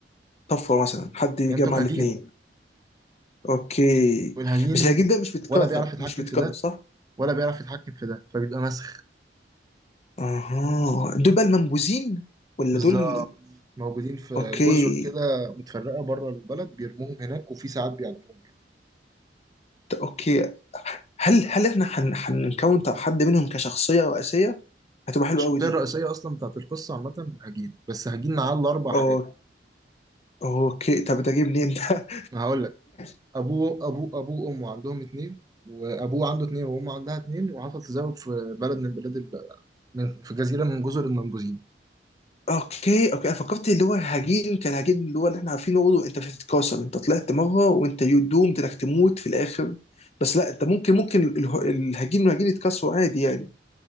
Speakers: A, on the left; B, on the right.
A: طفره مثلا حد يجمع
B: يعني انتوا كهجين
A: الاثنين اوكي
B: والهجين
A: بس هي جدا مش بتكاثر
B: ولا بيعرف يتحكم
A: مش بتكاثر
B: في ده
A: صح؟
B: ولا بيعرف يتحكم في ده فبيبقى مسخ
A: اها دول بقى المنبوذين ولا
B: بالظبط
A: دول
B: موجودين في
A: اوكي
B: جزر كده متفرقة بره البلد بيرموهم هناك وفي ساعات بيعدموهم كمان
A: ت- اوكي هل هل احنا هن- هنكون طب حد منهم كشخصيه رئيسيه هتبقى حلوه
B: الشخصية
A: قوي دي
B: الرئيسية أصلا بتاعت القصة عامة هجين بس هجين معاه الأربع حاجات
A: أو- اوكي طب ده جه منين ده
B: ما هقول لك
A: <laughs>
B: أبوه أبوه أبوه وأمه عندهم اتنين وأبوه عنده اتنين وأمه عندها اتنين وحصل تزاوج في بلد من بلاد ال... من- في جزيرة من جزر المنبوذين
A: اوكي اوكي انا فكرت اللي هو هجين كان هجين اللي هو اللي احنا عارفينه برضه انت مش هتتكاثر انت طلعت مره وانت يو دومد انك تموت في الاخر بس لا انت ممكن ممكن اله- الهجين والهجين يتكاثروا عادي يعني